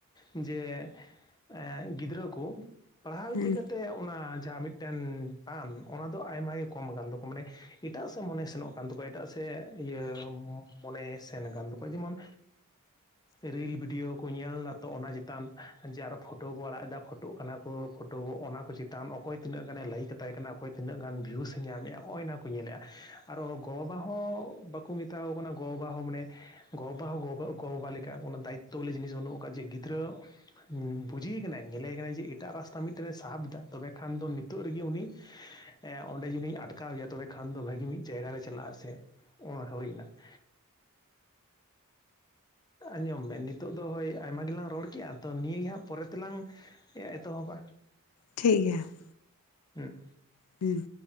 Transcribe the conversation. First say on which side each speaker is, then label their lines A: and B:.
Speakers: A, on the left (about 20°); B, on the left (about 80°).
A: ᱡᱮ ᱮ ᱜᱤᱫᱽᱨᱟᱹ ᱠᱚ ᱯᱟᱲᱦᱟᱣ
B: ᱦᱮᱸ
A: ᱤᱫᱤ ᱠᱟᱛᱮᱫ ᱚᱱᱟ ᱡᱟᱸᱦᱟᱸ ᱢᱤᱫᱴᱮᱱ ᱴᱟᱱ ᱚᱱᱟ ᱫᱚ ᱟᱭᱢᱟᱜ ᱜᱮ ᱠᱚᱢ ᱟᱠᱟᱱᱟ ᱛᱟᱠᱚᱣᱟ ᱢᱟᱱᱮ ᱮᱴᱟᱜ ᱥᱮᱫ ᱢᱚᱱᱮ ᱥᱮᱱᱚᱜ ᱠᱟᱱ ᱛᱟᱠᱚᱣᱟ ᱮᱴᱟᱜ ᱥᱮᱫ ᱤᱭᱟᱹ ᱢᱚᱱᱮ ᱥᱮᱱ ᱟᱠᱟᱱ ᱛᱟᱠᱚᱣᱟ ᱡᱮᱢᱚᱱ ᱨᱤᱞ ᱵᱷᱤᱰᱭᱳ ᱠᱚ ᱧᱮᱞ ᱫᱟ ᱛᱚ ᱚᱱᱟ ᱪᱮᱛᱟᱱ ᱡᱮ ᱟᱨᱚ ᱯᱷᱳᱴᱳ ᱠᱚ ᱟᱲᱟᱜ ᱮᱫᱟ ᱯᱷᱳᱴᱳ ᱴᱳᱜ ᱠᱟᱱᱟ ᱠᱚ ᱯᱷᱳᱴᱳ ᱚᱱᱟ ᱠᱚ ᱪᱮᱛᱟᱱ ᱚᱠᱚᱭ ᱛᱤᱱᱟᱹᱜ ᱜᱟᱱᱮ ᱞᱟᱹᱭᱤᱠ ᱟᱜ <inaudible> ᱠᱟᱱᱟ ᱚᱠᱚᱭ ᱛᱱᱟᱹ ᱜᱟᱱ ᱵᱷᱤᱭᱩᱥ ᱮ ᱧᱟᱢᱮᱫᱼᱟ, ᱱᱚᱜᱚᱭ ᱚᱱᱟ ᱠᱚ ᱧᱮᱞᱮᱜᱼᱟ ᱟᱨ ᱜᱚ-ᱵᱟᱵᱟ ᱦᱚᱸ <inaudible> ᱢᱮᱛᱟ ᱠᱩ ᱠᱟᱱᱟ ᱜᱚ-ᱵᱟᱵᱟ ᱦᱚᱸ ᱢᱟᱱᱮ ᱜᱚᱼᱵᱟ ᱦᱚᱸ ᱜᱚ-ᱵᱟ ᱜᱚᱼᱵᱟᱵᱟ ᱞᱮᱠᱟ ᱠᱳᱱᱳ ᱫᱟᱭᱤᱛᱛᱚ ᱵᱚᱞᱮ ᱡᱤᱱᱤᱥ ᱵᱟᱹᱱᱩᱜ ᱟᱠᱟᱫᱟ ᱡᱮ ᱜᱤᱫᱽᱨᱟᱹ ᱵᱩᱡᱷᱤ ᱮ ᱠᱟᱱᱟᱭ ᱧᱮᱞᱮ ᱠᱟᱱᱟᱭ ᱡᱮ ᱮᱴᱟᱜ ᱨᱟᱥᱛᱟ ᱢᱤᱫᱴᱮᱱᱮ ᱥᱟᱵ ᱮᱫᱟ ᱛᱚᱵᱮ ᱠᱷᱟᱱ ᱫᱚ ᱱᱤᱛᱚᱜ ᱨᱮᱜᱮ ᱩᱱᱤ ᱮ ᱚᱸᱰᱮ ᱡᱩᱫᱤᱧ ᱟᱴᱠᱟᱣᱮᱭᱟ ᱛᱚᱵᱮ ᱠᱷᱟᱱ ᱫᱚ ᱵᱷᱟᱹᱜᱤ ᱢᱤᱫ ᱡᱟᱭᱜᱟ ᱨᱮ ᱪᱟᱞᱟᱜ ᱟᱥᱮ ᱚᱱᱟ ᱦᱩᱭ ᱮᱱᱟ ᱾ ᱟᱸᱡᱚᱢ ᱢᱮ ᱱᱤᱛᱳᱜ ᱫᱚ ᱦᱳᱭ ᱟᱭᱢᱟ ᱜᱮᱞᱟᱝ ᱨᱚᱲ ᱠᱮᱜᱼᱟ ᱛᱚ ᱱᱤᱭᱟᱹ ᱜᱮ ᱦᱟᱸᱜ ᱯᱚᱨᱮ ᱛᱮᱞᱟᱝ ᱮ ᱮᱛᱚᱦᱚᱵᱟ ᱾
B: ᱴᱷᱤᱠ ᱜᱮᱭᱟ ᱾
A: ᱦᱩᱸ
B: ᱦᱮᱸ